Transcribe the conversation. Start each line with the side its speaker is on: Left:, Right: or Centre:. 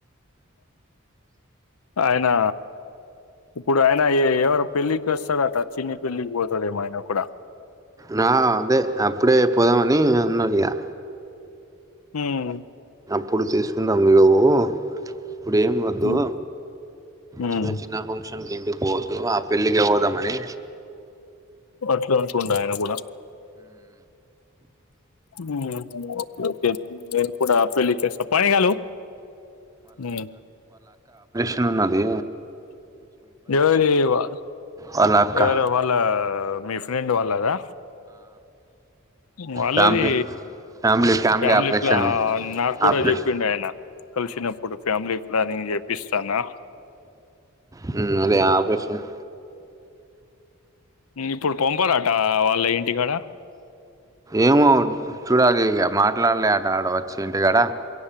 Left: ఆయనా ఇప్పుడు ఆయన ఏ ఎవరు పెళ్లికొస్తాడట చిన్ని పెళ్ళికి పోతాడేమో ఆయనకూడ
Right: నా అదే అప్పుడే పోదమని అన్నదిగా
Left: ఉమ్
Right: ఎప్పుడు చేసుకుందాం లో ఇప్పుడు ఏం వద్దు
Left: ఉమ్ ఉమ్,
Right: చిన్న చిన్న ఫంక్షన్ తిండిబోతు ఆ పెండ్లికి పోదామని
Left: అట్లా అనుకుండు ఆయన కూడ ఉ ఓకే ఓకే నేను కూడపెళ్లికి వస్తా పనిగాలో ఉ
Right: వున్నది
Left: ఎవరి వా
Right: వాళ్ళ అక్క
Left: ఎవరు వాళ్ళ మీ ఫ్రెండ్ వాళ్ళదా వాళ్ళది
Right: family family
Left: family
Right: operation
Left: plan నాకు కూడా
Right: ఆపరేషన్
Left: చెప్పిండు ఆయన కలిసినప్పుడు ఫ్యామిలీ ప్లానింగ్ చేపిస్తాను,
Right: హు అదే ఆపరేషన్,
Left: ఇప్పుడు పంపరాట వాళ్ళ ఏంటికాడ
Right: ఏమో చూడాలి ఇక మాట్లాడలే ఆట ఆడ వచ్చి ఇంటికాడ